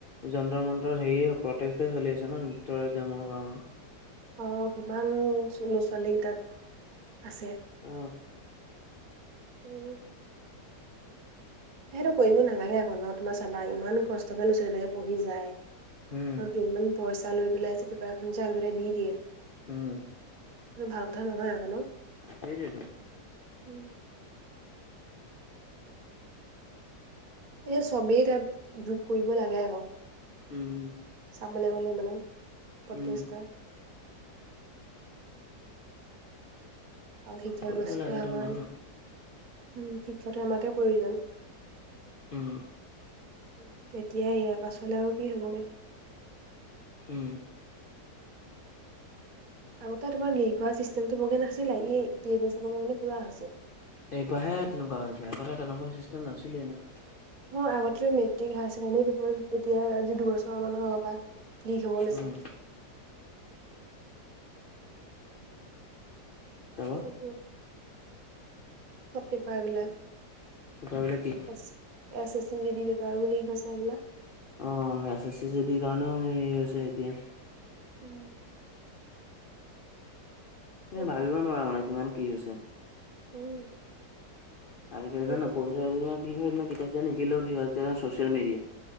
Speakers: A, on the left (about 80°); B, on the right (about 45°).
A: যন্তৰ মন্তৰ হেৰি প্ৰটেষ্টেএ চলি আছে ন নেতৰ একজামৰ কাৰণে।
B: অ কিমান ল'ৰ-ছোৱালী তাত আছে
A: উম
B: উম সেইটো কৰিব নালাগে আকৌ ন তোমাৰ চাবা ইমান কষ্টকে ল'ৰা-ছোৱালীবিলাকে পঢ়ি যায়।
A: উম
B: আৰু কেইটামান পইচা লৈ পেলাই যে পেপাৰখন যে আগলে দি দিয়ে। এইটো
A: উম
B: ভাল কথা নহয় আকৌ ন
A: সেইটোৱেতো
B: উ সেইটো চবেই তাত যোগ কৰিব লাগে আকৌ
A: উম
B: চাব লে গলে মানে প্ৰটেষ্ট
A: উম
B: কৰা। আৰু শিক্ষা
A: কৰিব
B: ব্যৱস্থাটো
A: লাগেতো
B: আমাৰ
A: মানুহে
B: উম শিক্ষাটো আমাকে প্ৰয়োজন।
A: উম
B: উ তেতিয়া ইয়াৰ পাছলে আৰু কি হ'বগে
A: উম
B: আগতে তোমাৰ লিক হোৱা চিষ্টেমটো বৰকে নাছিলে এই কেইবছৰ মানৰ পৰা মানে পুৰা হৈছে।
A: এইবাৰহে তেনেকুৱা হৈছে আগতে তেনেকুৱা চিষ্টেম নাছিলে এনে।
B: অ আগতে মেট্ৰিক হায়াৰ ছেকেণ্ডাৰী পেপাৰত এতিয়া আজি দুবছৰ মানৰ আগৰ পৰা লিক হব লৈছে
A: উম ত'
B: উম চব পেপাৰ বিলাক
A: পেপাৰ বিলাক কি
B: S, S S G T পেপাৰো লিক হৈছে বোলে
A: অ এছ এছ জি ডিৰ কাৰণেও হেৰি হৈছে এতিয়া।
B: উম
A: তুমি
B: সেইটোৱে
A: ভাবিব নোৱাৰা মানে কিমান কি হৈছে
B: উম
A: আজিকালি
B: সেইটোৱে
A: যে নপঢ়িলেও কি হয় তোমাৰ কিতাপ-চিতাপ নিকিনিলেও কি হয় social media